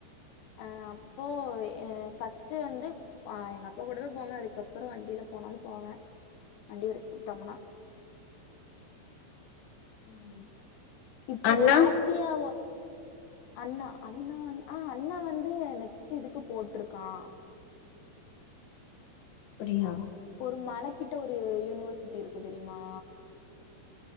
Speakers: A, on the left; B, on the left.
A: ஆ அப்போ ஃபர்ஸ்ட்டு வந்து எங்க அப்பா கூட தா போதே இப்போ அப்றம் வண்டியில போனாலு போவேன் வண்டி எடுத்து குடுத்தாங்கனா
B: ம்
A: இப்போ
B: அண்ணா
A: பாத்தியாவ அண்ணா அண்ணா வந்து ஆ அண்ணா வந்து நெக்ஸ்ட் இதுக்கு போட்டிருக்கான்
B: அப்பிடியா
A: ஒரு மலை கிட்ட ஒரு யூனிவர்சிட்டி இருக்கு தெரியுமா